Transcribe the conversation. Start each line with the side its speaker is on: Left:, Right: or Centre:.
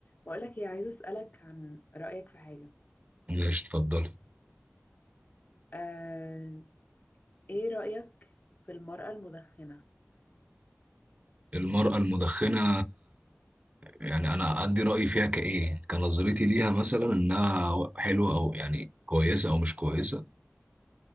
Left: بقولك ايه عايزة أسألك عن رأيك في حاجة
Right: ماشي اتفضلي
Left: آه، ايه رأيك في المرأة المدخنة
Right: المرأة المدخنة يعني أنا أدي رأيي فيها كإيه كنظرتي ليها مثلا إنها حلوة أو يعني كويسة أو مش كويسة